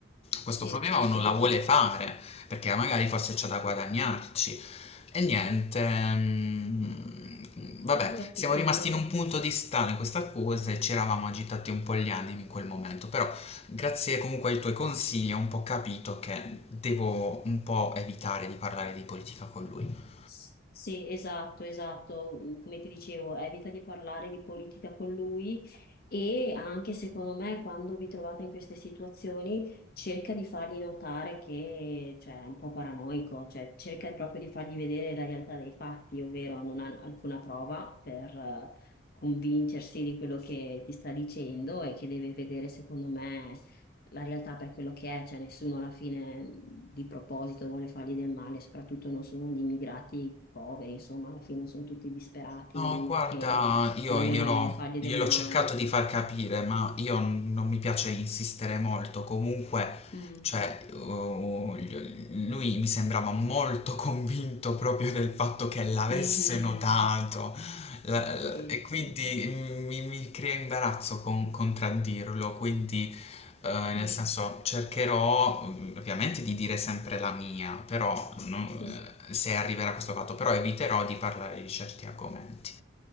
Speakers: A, on the left; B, on the left.
A: questo
B: Sì,
A: problema
B: sì,
A: o non
B: sì,
A: la vuole fare, perché magari forse c'è da guadagnarci. E niente, mm, vabbè,
B: ho capito.
A: siamo rimasti in un punto di stallo in questa cosa e ci eravamo agitati un po' gli animi in quel momento, però grazie comunque ai tuoi consigli ho un po' capito che devo un po' evitare di parlare di politica con lui.
B: S- Sì, esatto, esatto. Come ti dicevo, evita di parlare di politica con lui e anche secondo me quando vi trovate in queste situazioni cerca di fargli notare che cioè, è un po' paranoico, cioè cerca proprio di fargli vedere la realtà dei fatti, ovvero non ha alcuna prova per eh, convincersi di quello che ti sta dicendo e che deve vedere secondo me la realtà per quello che è, cioè nessuno alla fine mh, di proposito vuole fargli del male, soprattutto non sono gli immigrati poveri, insomma, alla fine sono tutti disperati,
A: No,
B: non
A: guarda,
B: è che
A: io
B: vogliono
A: gliel'ho
B: fargli
A: gliel'ho
B: del male.
A: cercato di far capire, ma io n- non mi piace insistere molto. Comunque,
B: Mm.
A: cioè, uh, gli- lui mi sembrava molto convinto proprio del fatto che l'avesse
B: Mhm.
A: notato. La-
B: Sì,
A: la- e quindi
B: sì.
A: mi, mi crea imbarazzo con- contraddirlo. Quindi, eh, nel
B: Mm.
A: senso, cercherò mm, ovviamente di dire sempre la mia, però no,
B: Sì.
A: eh, se arriverà questo fatto, però eviterò di parlare di certi argomenti.